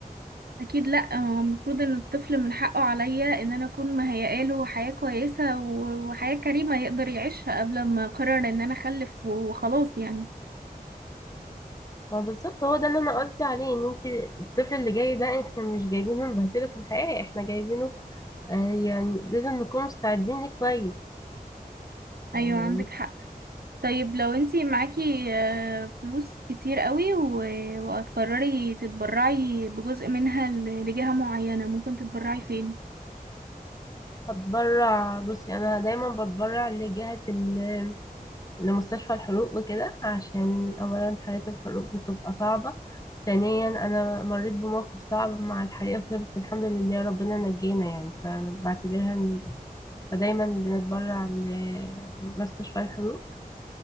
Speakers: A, on the right (about 85°); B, on the left (about 25°).
A: اكيد لا هو المفروض ان الطفل من حقه عليا ان انا اكون مهيئه له حياه كويسه و- وحياه كريمه يقدر يعيشها قبل ما اقرر ان انا اخلف وخلاص يعني
B: ما بالظبط هو ده اللي انا قصدي عليه ان انت الطفل اللي جاي ده احنا مش جايبينه نبهدله في الحياة احنا جايبينه آه يعني لازم نكون مستعدين ليه كويس
A: ايوه
B: يعني
A: عندك حق طيب لو انتي معاكي آه، فلوس كتير قوي و- وهتقرري تتبرعي بجزء منها ل- لجهة معينة ممكن تتبرعي فين
B: هتبرع بصي انا دايما بتبرع لجهة ال- لمستشفى الحروق وكده عشان اولا حالات الحروق بتبقى صعبة ثانيا انا مريت بموقف صعب مع الحريقة وكده بس الحمد لله ربنا نجينا يعني فبعتبرها إن- فدايما بنتبرع لمستشفى الحروق